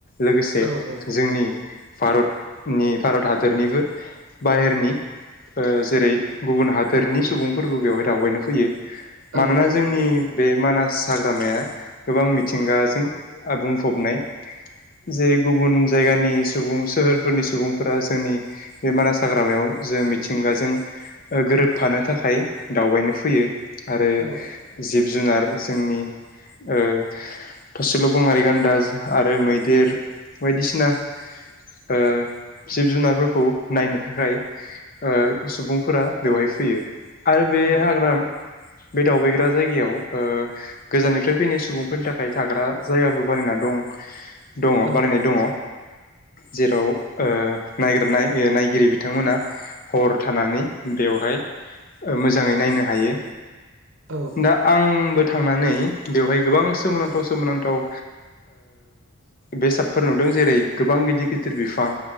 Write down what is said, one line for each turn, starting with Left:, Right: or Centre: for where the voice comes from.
Left: लोगोसे
Right: औ औ
Left: जोंनि भारतनि भारत हादरनिबो बाहेरनि ओ जेरै गुबुन हादोरनि सुबुंफोरबो बेवहाय दावबायनो फैयो
Right: औ
Left: मानोना जोंनि
Right: नंगौ
Left: बे मानास हाग्रामाया गोबां मिथिंगाजों आ बुंफबनाय जेरै गुबुन जायगानि सुबुं सोहोरफोरनि सुबुंफोरा जोंनि बे मानास हाग्रामायाव जों मिथिं गाजों गोरोबफानो थाखाय दावबायनो फैयो आरो
Right: औ औ
Left: जिब जुनार जोंनि ओ थसेल' गंङारि गान्दा आरो मैदेर बायदिसिना ओ जिब जुनारफोरखौ नायनो थाखाय ओ सुबुंफोरा बेवहाय फैयो आरो बे
Right: औ
Left: हाग्रा बे दावबायग्रा जायगायाव गोजाननिफ्राय फैनाय सुबुंफोरनि थाखाय थाग्रा जायगाबो बानायना दं दङ
Right: औ
Left: बानायनाय दङ जेराव ओ नायगिर नाय नायगिरि बिथांमोना हर थानानै बेयाव बेवहाय मोजाङै नायनो हायो
Right: औ
Left: दा आंबो थांनानै बेवहाय गोबां सोमोनां थाव सोमोनांथाव बेसादफोर नुदों जेरै गोबां गिदिर गिदिर बिफां